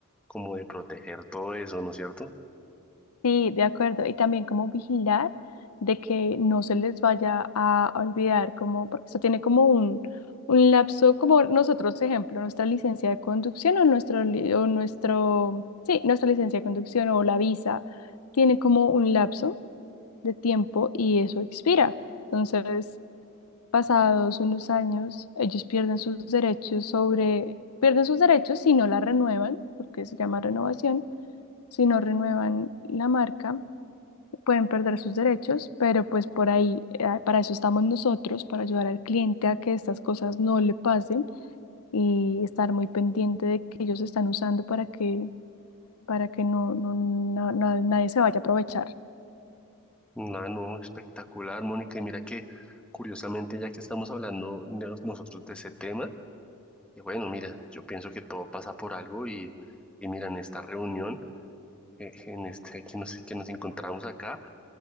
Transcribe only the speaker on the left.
Sí, de acuerdo. Y también como vigilar de que no se les vaya a olvidar, como, porque esto tiene como un, un lapso, como nosotros, ejemplo, nuestra licencia de conducción o nuestro, li- o nuestro, sí, nuestra licencia de conducción o la visa tiene como un lapso de tiempo y eso expira. Entonces, pasados unos años, ellos pierden sus derechos sobre, pierden sus derechos si no la renuevan, porque se llama renovación, si no renuevan la marca, pueden perder sus derechos, pero pues por ahí, eh, para eso estamos nosotros, para ayudar al cliente a que estas cosas no le pasen y estar muy pendiente de que ellos están usando para que, para que no, no- no- no- nadie se vaya a aprovechar.